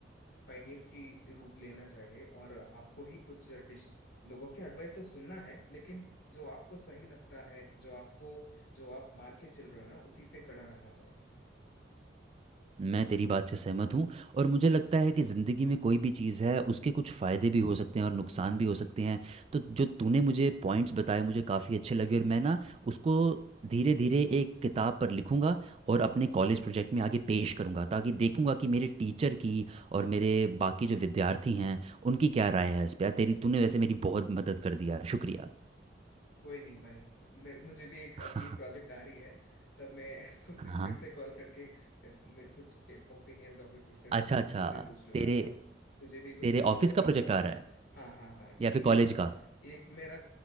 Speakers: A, on the left; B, on the right.
A: पायनियर की रूप लेना चाहिए और आपको ही कुछ डिश लोगों के एडवाइस तो सुनना है लेकिन जो आपको सही लगता है जो आपको जो आप मान के चल रहे हो ना उसी पे कड़ा रहना चाहिए
B: मैं तेरी बात से सहमत हूँ और मुझे लगता है कि ज़िंदगी में कोई भी चीज़ है उसके कुछ फ़ायदे भी हो सकते हैं और नुकसान भी हो सकते हैं तो जो तूने मुझे पॉइंट्स बताए मुझे काफ़ी अच्छे लगे और मैं ना उसको धीरे धीरे एक किताब पर लिखूंगा और अपने कॉलेज प्रोजेक्ट में आगे पेश करूंगा ताकि देखूंगा कि मेरे टीचर की और मेरे बाकी जो विद्यार्थी हैं उनकी क्या राय है इस पर तेरी तूने वैसे मेरी बहुत मदद कर दिया शुक्रिया
A: कोई नहीं भाई मेरे मुझे भी एक
B: <laughs>
A: अगली प्रोजेक्ट आ रही है तब मैं <laughs> तुमसे
B: हाँ
A: फिर से कॉल करके अ, मैं कुछ ओपिनियंस और प्रेफरेंसेस
B: अच्छा अच्छा
A: फिर से पूछ लूंगा
B: तेरे
A: और तुझे भी कुछ
B: तेरे
A: प्रोज
B: ऑफिस
A: और कॉन्स
B: का प्रोजेक्ट
A: बताना
B: आ रहा
A: चाहिए
B: है
A: हाँ हाँ हाँ यही
B: या फिर
A: एक
B: कॉलेज का
A: एक मेरा